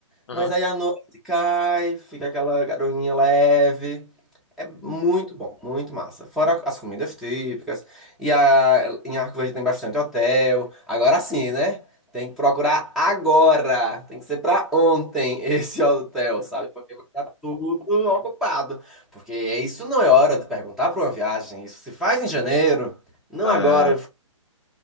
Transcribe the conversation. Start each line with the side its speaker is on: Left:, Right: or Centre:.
Left: Aham.
Centre: Mas aí a noite cai, fica aquela garoinha leve. É
Left: Tá
Centre: muito
Left: bom.
Centre: bom, muito massa. Fora as comidas típicas. E a, em Arco Verde tem bastante hotel. Agora sim, né? Tem que procurar agora. Tem que ser pra ontem <laughs> esse hotel, sabe? Porque vai estar tudo ocupado. Porque isso não é hora de perguntar pra uma viagem. Isso se faz em janeiro, não
Left: É,
Centre: agora.